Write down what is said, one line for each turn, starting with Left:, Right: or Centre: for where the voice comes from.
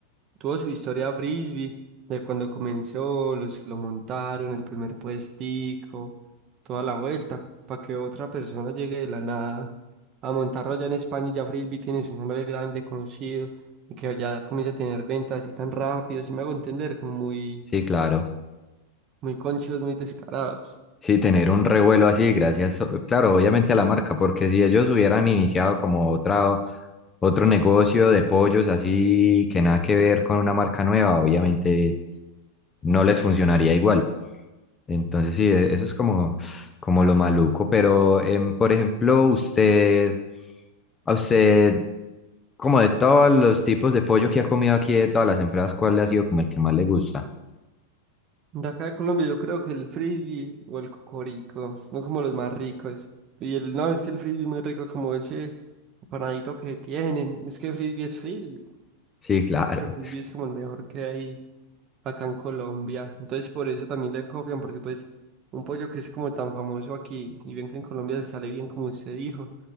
Right: Tuvo su historia Frisbee, de cuando comenzó, los que lo montaron, el primer puestico, toda la vuelta, para que otra persona llegue de la nada a montarlo allá en España, y ya Frisbee tiene su nombre grande, conocido y que ya comience a tener ventas así tan rápido, si me hago entender, como muy,
Left: Sí, claro.
Right: muy conchos, muy descarados.
Left: Sí, tener un revuelo así, gracias, o- claro, obviamente a la marca, porque si ellos hubieran iniciado como otra, otro negocio de pollos así que nada que ver con una marca nueva, obviamente no les funcionaría igual. Entonces sí, e- eso es como, como lo maluco, pero em, por ejemplo, usted, a usted, como de todos los tipos de pollo que ha comido aquí, de todas las empresas, ¿cuál le ha sido como el que más le gusta?
Right: De acá de Colombia yo creo que el frisbee o el cocorico son como los más ricos. Y el, no, es que el frisbee es muy rico como ese panadito que tienen. Es que frisbee es frisbee.
Left: Sí, claro.
Right: Creo que El frisbee es como el mejor que hay acá en Colombia. Entonces por eso también le copian, porque pues un pollo que es como tan famoso aquí y bien que en Colombia le sale bien como usted dijo,